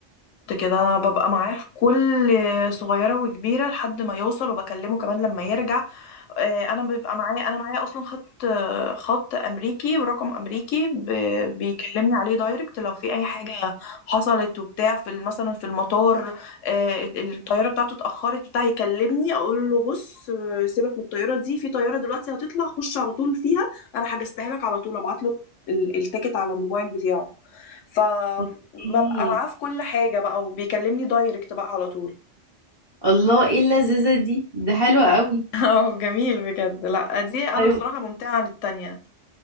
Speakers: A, on the left (about 80°); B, on the right (about 30°).
A: كنت كده انا ببقى معاه في كل صغيره وكبيره لحد ما يوصل وبكلمه كمان لما يرجع آه، انا بيبقى معايا انا معايا اصلا خط آه، خط امريكي ورقم امريكي ب- بيكلمني عليه دايركت لو في اي حاجه حصلت وبتاع في ال- مثلا في المطار آه، الطياره بتاعته اتاخرت بتاع يكلمني اقول له بص آه، سيبك من الطياره دي في طياره دلوقتي هتطلع خش على طول فيها انا حجزتها لك على طول ابعت له ال- التيكت على الموبايل بتاعه فببقى
B: اوكي
A: معاه في كل حاجه بقى وبيكلمني دايركت بقى على طول
B: الله ايه اللذيذة دي ده حلوة قوي
A: <laughs> اه جميل بجد لا دي انا
B: طيب
A: بصراحه ممتعه عن التانية